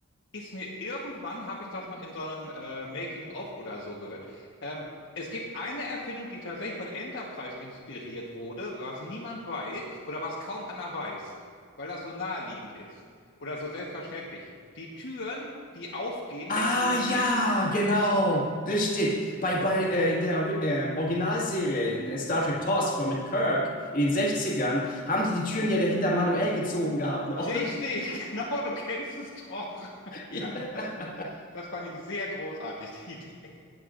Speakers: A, on the left; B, on the left.
A: ist mir irgendwann, habe ich das mal in so einem äh, Making-of oder so gehört. Ähm, es gibt eine Erfindung, die tatsächlich von Enterprise inspiriert wurde, was niemand weiß oder was kaum einer weiß, weil das so naheliegend ist oder so selbstverständlich. Die Türen, die aufgehen,
B: Ah
A: wenn du durchgehst.
B: ja, genau, richtig. Bei, bei äh, in der äh, Originalserie in äh, Star Trek TOS von mit Kirk in den Sechzigern haben die die Türen ja dahinter manuell gezogen gehabt noch.
A: Richtig, <laughs> genau, du kennst es doch. <laughs> Ja,
B: <laughs>
A: das, das fand ich sehr großartig, die Idee.